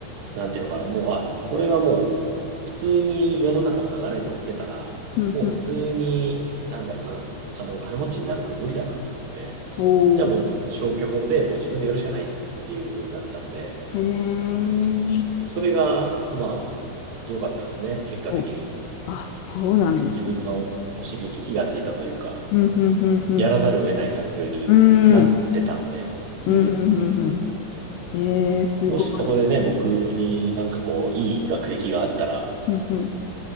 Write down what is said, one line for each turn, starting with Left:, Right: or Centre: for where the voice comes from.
Right: なんていうのかな、もう、あ、これはもう、普通に世の中の流れに乗ってたら、
Left: うん。うんうん。
Right: もう普通に、なんだろうな、あの、金持ちになるのは無理だなと思って、
Left: おー、
Right: じゃあもう消去法でもう自分でやるしかないっていう風になったんで、
Left: へえ。
Right: それが、まあ、良かったですね、結果的に。
Left: お、あ、そうなんですね。
Right: 自分のお尻に火がついたというか、
Left: うんうんうんうん。
Right: やらざるを得ない環境になってたんで、
Left: うん、うんうんうん
Right: うん。
Left: うん。えー、すごい。
Right: もしそこでね、僕になんかこう、いい学歴があったら、
Left: うんうん